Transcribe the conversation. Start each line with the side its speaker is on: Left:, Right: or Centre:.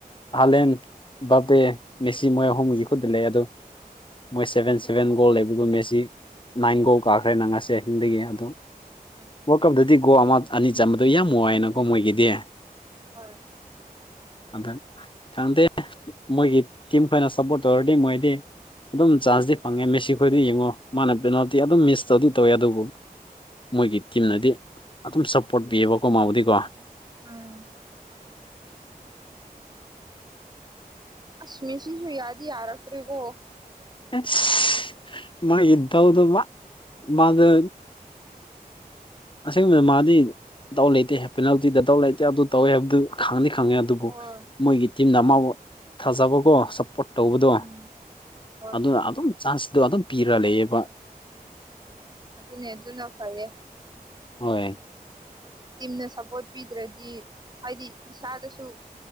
Left: ꯍꯂꯦꯟ ꯕꯥꯄꯦ ꯃꯦꯁꯤ ꯃꯣꯏ ꯑꯍꯨꯝꯒꯤ ꯈꯨꯠꯇ ꯂꯩꯌꯦ ꯑꯗꯣ ꯃꯣꯏ ꯁꯚꯦꯟ ꯁꯚꯦꯟ
Right: ꯎꯝ
Left: ꯒꯣꯜ ꯂꯩꯕꯗꯨ ꯃꯦꯁꯤ ꯅꯥꯏꯟ ꯒꯣꯜ ꯀꯥ ꯑꯩꯅ ꯉꯁꯤ ꯑꯍꯤꯡꯗꯒꯤ ꯑꯗꯨꯝ
Right: ꯎꯝ
Left: ꯋꯥꯔꯜ ꯀꯞꯇꯗꯤ ꯒꯣꯜ ꯑꯃ ꯑꯅꯤ ꯆꯝꯕꯗꯨ ꯌꯥꯝ ꯋꯥꯏꯌꯦꯅꯀꯣ ꯃꯣꯏꯒꯤꯗꯤ
Right: ꯍꯣꯏ
Left: ꯑꯗ ꯈꯪꯗꯦ ꯃꯣꯏꯒꯤ ꯇꯤꯝꯈꯩꯅ ꯁꯞꯄꯣꯔꯠ ꯇꯧꯔꯗꯤ ꯃꯣꯏꯗꯤ ꯑꯗꯨꯝ ꯆꯥꯟꯁꯇꯤ ꯐꯪꯉꯦ ꯃꯤꯁꯤ ꯑꯩꯈꯣꯏꯗꯤ ꯌꯦꯡꯉꯣ ꯃꯥꯅ ꯄꯦꯅꯥꯜꯇꯤ ꯑꯗꯨꯝ ꯃꯤꯁ ꯇꯧꯗꯤ ꯇꯧꯋꯦ ꯑꯗꯨꯕꯨ ꯃꯣꯏꯒꯤ ꯇꯤꯝꯅꯗꯤ ꯑꯗꯨꯝ ꯁꯞꯄꯣꯔꯠ ꯄꯤꯑꯕꯀꯣ ꯃꯥꯕꯨꯗꯤꯀꯣ
Right: ꯎꯝ
Left: <inaudible>
Right: ꯑꯁꯃꯤꯁꯤꯁꯨ ꯌꯥꯗꯤ ꯌꯥꯔꯛꯇ꯭ꯔꯦꯀꯣ
Left: ꯑꯁ ꯃꯣꯏꯒꯤ ꯗꯧꯗꯧꯕ ꯃꯥꯗꯣ ꯑꯁꯦꯡꯕꯗ ꯃꯥꯗꯤ ꯇꯧ ꯂꯩꯇꯦ ꯄꯦꯅꯥꯜꯇꯤꯗ ꯗꯥꯎ ꯂꯩꯇꯦ ꯑꯗꯨ ꯇꯧꯋꯦ ꯍꯥꯏꯕꯗꯨ ꯈꯪ ꯈꯪꯉꯦ ꯑꯗꯨꯕꯨ
Right: ꯍꯣꯏ
Left: ꯃꯣꯏꯒꯤ ꯇꯤꯝꯅ ꯑꯃꯕꯨ ꯊꯥꯖꯕꯀꯣ ꯁꯞꯄꯣꯔꯠ ꯇꯧꯕꯗꯣ
Right: ꯎꯝ ꯍꯣꯏ
Left: ꯑꯗꯨꯅ ꯑꯗꯨꯝ ꯆꯥꯟꯁꯇꯣ ꯑꯗꯨꯝ ꯄꯤꯔ ꯂꯩꯌꯦꯕ
Right: ꯑꯗꯨꯅꯦ ꯑꯗꯨꯅ ꯐꯥꯏꯌꯦ
Left: ꯍꯣꯏ
Right: ꯇꯤꯝꯅ ꯁꯄꯣꯔꯠ ꯄꯤꯗ꯭ꯔꯗꯤ ꯍꯥꯏꯗꯤ ꯏꯁꯥꯗꯁꯨ